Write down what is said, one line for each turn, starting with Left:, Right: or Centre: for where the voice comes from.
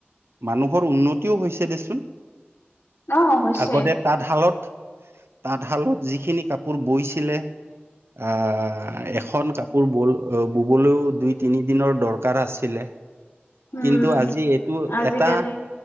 Right: মানুহৰ উন্নতিও হৈছে দেচোন।
Left: অ', হৈছে।
Right: আগতে তাঁতশালত তাঁতশালত যিখিনি কাপোৰ বৈছিলে আহ এখন কাপোৰ বল বুবলৈও দুই তিনি দিনৰ দৰকাৰ আছিলে
Left: উম,
Right: কিন্তু আজি এইটো
Left: আজিকালি
Right: এটা